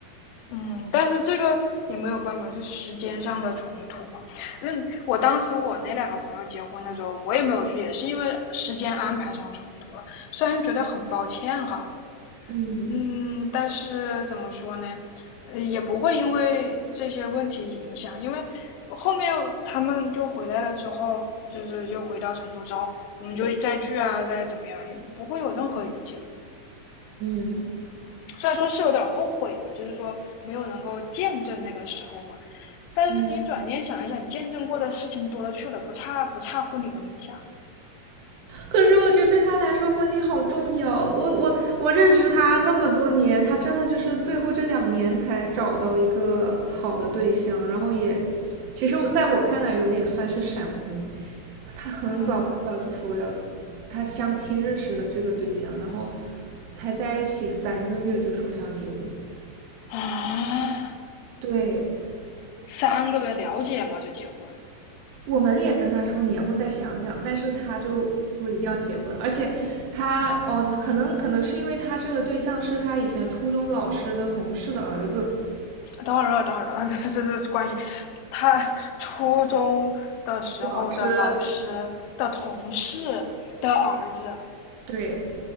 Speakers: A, on the left (about 80°); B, on the right (about 85°).
A: 嗯，但是这个也没有办法，就时间上的冲突嘛。那我当时我那两个朋友结婚的时候，我也没有去，也是因为时间安排上冲突了。虽然觉得很抱歉哈，
B: 嗯
A: 嗯，但是怎么说呢，呃也不会因为这些问题影响，因为后面他们就回来了之后，就是又回到成都之后，我们就再聚啊，再怎么样，也不会有任何影响。
B: 嗯
A: 虽然说是有点后悔吧，就是说没有能够见证那个时候嘛，但是你转念想一想，
B: 嗯。
A: 你见证过的事情多了去了，不差不差婚礼那么一下。
B: 可是我觉得对他来说，婚礼好重要。我我我认识他那么多年，他真的就是最后这两年才找到一个好的对象，然后也，其实在我看来有点算是闪婚。他很早很早就说要，
A: 嗯
B: 他相亲认识的这个对象，然后才在一起三个月就说想结婚。
A: 啊，
B: 对，
A: 三个月了解嘛就结婚，
B: 我们也跟他说你要不再想想，但是他就说一定要结婚，而且他哦，可能可能是因为他这个对象是他以前初中老师的同事的儿子，
A: 等会儿，等会儿，等会儿，<laughs> 这这这这关系。他初中的时候的老师的同事的儿子，
B: 老师，对